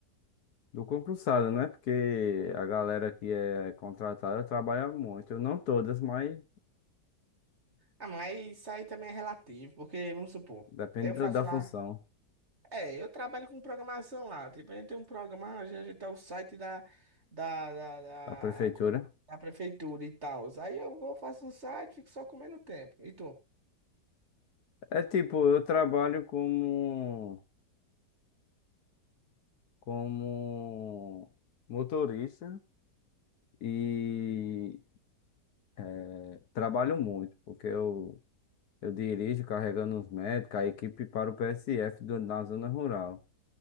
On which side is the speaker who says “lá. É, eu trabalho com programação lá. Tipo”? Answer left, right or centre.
Right